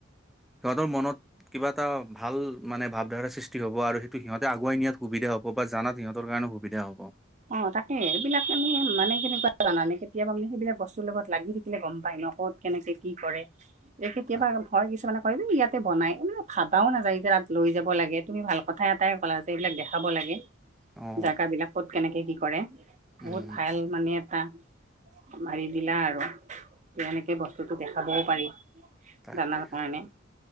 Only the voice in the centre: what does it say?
সিহঁতৰ মনত কিবা এটা ভাল মানে ভাৱধাৰা সৃষ্টি হ'ব আৰু সেইটো সিহঁতে আগুৱাই নিয়াত সুবিধা হ'ব বা জানাত সিহঁতৰ কাৰণে সুবিধা হ'ব
তাক
অ
উম
তাকে